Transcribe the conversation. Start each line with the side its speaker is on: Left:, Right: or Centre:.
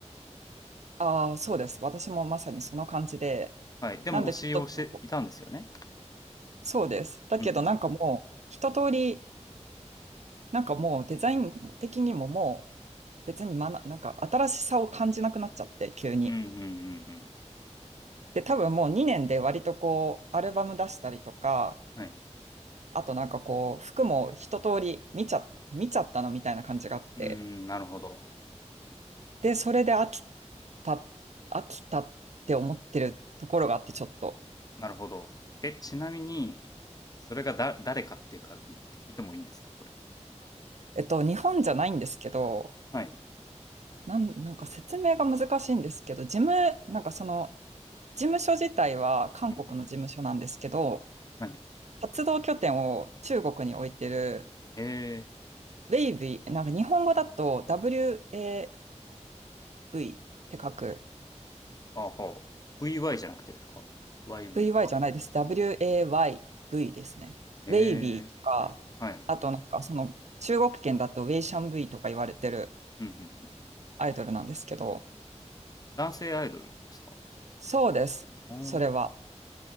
Right: ああ、そうです。私もまさにその感じで。
Left: はい。でも推しをしていたんですよね。
Right: なんでちょっとなんかこう、そうです。だけどなんかもう、
Left: うんうん。
Right: 一通り、なんかもうデザイン的にももう、別にまな、なんか新しさを感じなくなっちゃって、急に。
Left: うんうんうん
Right: で、多分もう2年で割とこう、アルバム出したりとか、
Left: うん。はい。
Right: あとなんかこう、服も一通り見ちゃ、見ちゃったのみたいな感じがあって、
Left: うーん、なるほど。
Right: で、それで飽きた、飽きたって思ってるところがあって、ちょっと。
Left: なるほど。え、ちなみに、それがだ、誰かっていうか、聞いてもいいんですか、これ。
Right: えっと、日本じゃないんですけど、
Left: はい。
Right: なん、なんか説明が難しいんですけど、事務、なんかその、事務所自体は韓国の事務所なんですけど、
Left: うんうん。はい。
Right: 活動拠点を中国に置いてる、
Left: え
Right: ウェイビなんか日本語だと WAYV って書く
Left: ー、あ、はあ。VY じゃなくてですか ?YV。
Right: VY じゃないです。WAYV ですね。
Left: えー、
Right: ウェイビーとか、
Left: はい。
Right: あとなんかその中国圏だとウェイシャンブイとか言われてる
Left: うんうん。
Right: アイドルなんですけど、
Left: 男性アイドルですか？
Right: そうです。
Left: あ
Right: それは。